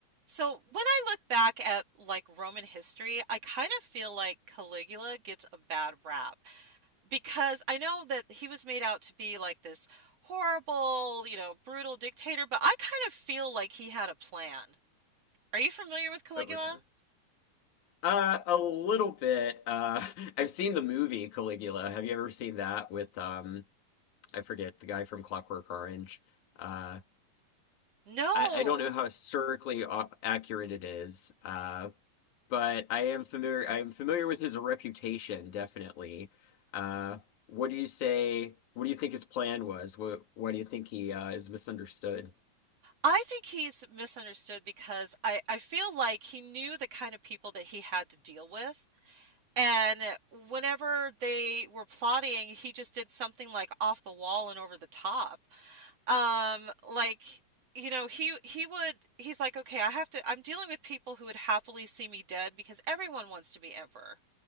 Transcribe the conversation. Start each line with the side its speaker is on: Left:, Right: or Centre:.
Right: So when I look back at like Roman history, I kind of feel like Caligula gets a bad rap because I know that he was made out to be like this horrible, you know, brutal dictator, but I kind of feel like he had a plan. Are you familiar with Caligula?
Left: Oh yeah. Uh, a little bit. Uh, <laughs> I've seen the movie Caligula. Have you ever seen that with um I forget the guy from Clockwork Orange. Uh,
Right: No.
Left: I, I don't know how historically au- accurate it is. Uh, but I am familiar. I am familiar with his reputation, definitely. Uh, what do you say? What do you think his plan was? What Why do you think he uh, is misunderstood?
Right: I think he's misunderstood because I, I feel like he knew the kind of people that he had to deal with. And whenever they were plotting, he just did something like off the wall and over the top. Um, like, you know, he he would he's like, okay, I have to I'm dealing with people who would happily see me dead because everyone wants to be emperor.